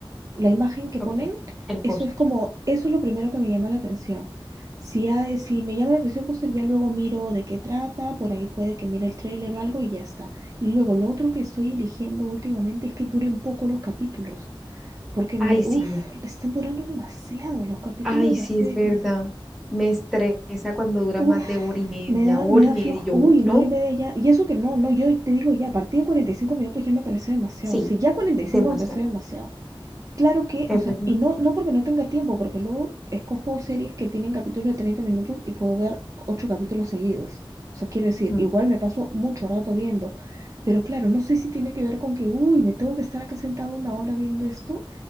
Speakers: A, on the right; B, in the centre.
A: La imagen que
B: Ok,
A: ponen,
B: el póster.
A: eso es como, eso es lo primero que me llama la atención. Si, hay- si me llama la atención el póster, ya luego miro de qué trata, por ahí puede que mire el tráiler o algo y ya está. Y luego lo otro que estoy eligiendo últimamente es que duren poco los capítulos, porque
B: Ay,
A: me,
B: sí,
A: uff, están durando demasiado los capítulos
B: ay,
A: de las
B: sí,
A: series.
B: es verdad. Me estresa cuando dura
A: Uf,
B: más de hora y media,
A: me da,
B: hora
A: me da
B: y media,
A: floja.
B: y yo,
A: Uy,
B: "Uh,
A: una
B: ¿no?
A: hora y media ya. Y eso que no, no, yo te digo ya, a partir de 45 minutos ya me parece demasiado.
B: Sí,
A: O sea, ya cuarenta y
B: demasiado,
A: cinco me parece demasiado. Claro que,
B: es
A: o sea,
B: verdad.
A: y no, no porque no tenga tiempo, porque luego escojo series que tienen capítulos de 30 minutos y puedo ver 8 capítulos seguidos. O sea, quiero decir,
B: Ujú.
A: igual me paso mucho rato viendo. Pero claro, no sé si tiene que ver con que, uy, me tengo que estar acá sentado una hora viendo esto